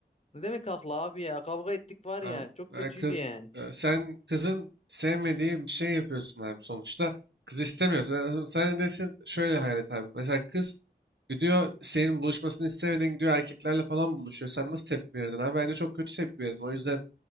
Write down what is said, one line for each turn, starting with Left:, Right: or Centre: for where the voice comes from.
Left: ne demek haklı abi ya? Kavga ettik var
Right: Abi
Left: ya. Çok
Right: e,
Left: kötüydü
Right: kız
Left: yani.
Right: e, sen kızın sevmediği bir şey yapıyorsun abi sonuçta. Kız istemiyorsun. Yani Sen desin şöyle hayal et abi. Mesela kız gidiyor senin buluşmasını istemeden gidiyor erkeklerle falan buluşuyor. Sen nasıl tepki verirdin abi? Bence çok kötü tepki verirdin. O yüzden